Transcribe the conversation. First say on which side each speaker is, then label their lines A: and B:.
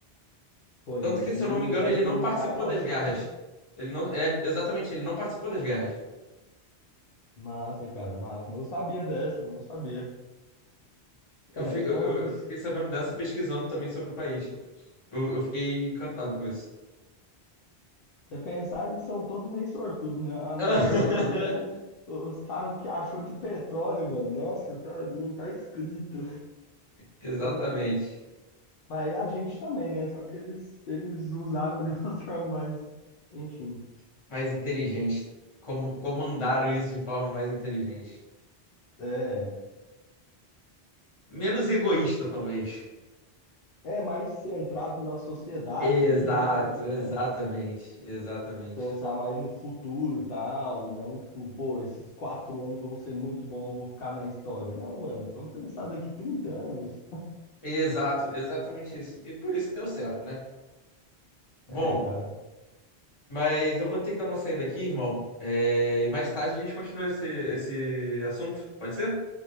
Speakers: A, on the left (about 65°); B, on the left (about 30°).
A: Foi
B: Tanto que,
A: ali
B: se eu não
A: no
B: me
A: lugar
B: engano, ele
A: que
B: não
A: ele
B: participou
A: tá é ótimo.
B: das guerras. Ele não. É, exatamente, ele não participou das guerras.
A: Massa, cara, massa. Não sabia dessa, não sabia.
B: Eu,
A: É,
B: fi-
A: eles
B: eu,
A: são.
B: eu
A: os-
B: eu fiquei sabendo dessa pesquisando também sobre o país. Eu, eu fiquei encantado com isso.
A: Se você pensar, eles são todos meio sortudos, né? A
B: <laughs>
A: Noruega lá mesmo, o- os caras, o que achou de petróleo, mano? Nossa, tá- não tá escrito. <laughs>
B: Exatamente.
A: Mas é- mas aí a gente também, né? Só que eles, eles usaram de uma <laughs> forma mais. Enfim.
B: Mais inteligente. Como, comandaram isso de forma mais inteligente.
A: É.
B: Menos egoísta, talvez.
A: É mais centrado na sociedade
B: Exato,
A: ali, não, né?
B: exatamente, exatamente.
A: pensar mais no futuro e tal, e não, tipo, pô, esses quatro anos vão ser muito bons, vou ficar na história. Não, mano, vamos pensar daqui trinta anos. <laughs>
B: Exato, exatamente isso. E por isso que deu certo, né? Bom.
A: É, cara,
B: Mas eu vou ter que dar uma saída aqui, irmão. É, e mais tarde a gente continua esse, esse assunto. Pode ser?